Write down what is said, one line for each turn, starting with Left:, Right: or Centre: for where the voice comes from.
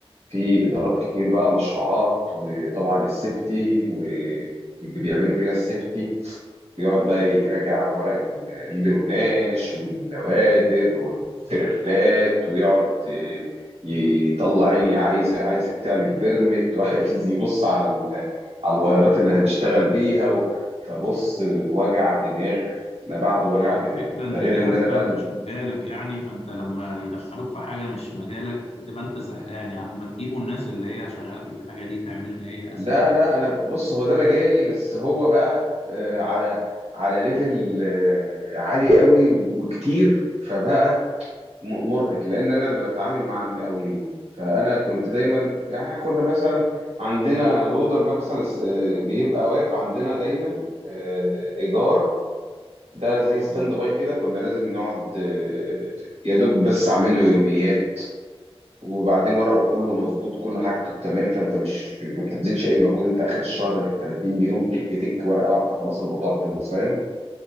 Right: في ادارات كتير بقى مشروعات وطبعا السيفتي و- واللي بيعملوا فينا السيفتي بيقعد بقى يراجع ورق ال- اللوناش والنوادر والترفلات ويقعد آه، يطلع عيني عايزه عايزك تعمل بيرمت <laughs> وعايز يبص على ال على الوايرات اللي هنشتغل بيها و... فبص وجع دماغ ما بعد
Left: يعني
Right: وجع
Left: هي
Right: دماغ
Left: الفكرة ان
Right: ده غير
Left: ده
Right: ان
Left: اصلا
Right: انا بقى
Left: مش
Right: ال-
Left: مجالك يعني فانت لما يدخلوك في حاجة مش مجالك بتبقى انت زهقان يا عم ما تجيبوا الناس اللي هي شغالة في الحاجة دي تعملها هي اسهل
Right: لا
Left: يعني
Right: لا انا ب- بص هو ده مجالي بس هو بقى آه، على على ليفل آه، عالي قوي و- وكتير فبقى م- مرهق لان انا اللي بتعامل مع المقاولين فانا كنت دايما يعني كنا مثلا عندنا لودر مثلا آه، بيبقى واقف عندنا دايما آه، ايجار ده زي ستاند باي كده كنا لازم نقعد آه، يا دوب بس اعمل له يوميات وبعدين ورقه كله مظبوط كل حاجته تمام فانت مش ما بتبذلش اي مجهود انت اخر الشهر 30 يوم تك تك ورقه واحده خلاص الموضوع خلص فاهم